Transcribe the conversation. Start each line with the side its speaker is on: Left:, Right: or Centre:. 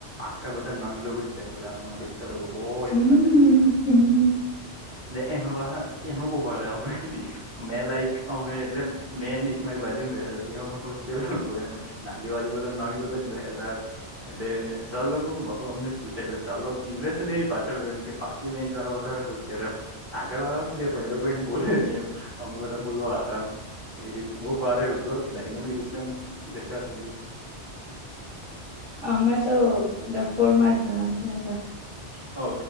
Right: આખા બધા નંગ લોકો જ બેહલા મારા દોસ તાર લોકો બોવ એ
Left: હમ
Right: લોકોના ને એમાં પાહા એમાં બો ભારે મેહ મેં લાઈક અમે એટલે મેંને એક મારી બાજુમાં બેહેલો તે અમે હોશિયાર લોકો એમ ને આજુબાજુ બધા નંગ લોકો જ બેહેલા એટલે સર લોકો હું બહુ અમને પૂછે એટલે સર લોક ઇમ્પ્રેશન એવી પાછળ કે પાછલી બેંચ વાળા વધારે ખુશ છે ને આગળ વાળા હુ છે પણ એ લોકો ઠીએ ની એમ અમે બધા બોલવા આરામ એ રીત બહુ ભારે એવું હતું હકે ડાયનેમિક એકદમ જકાસ હતું.
Left: અમે તો ડફોડમાં જ ગણાતા હતા.
Right: ઓ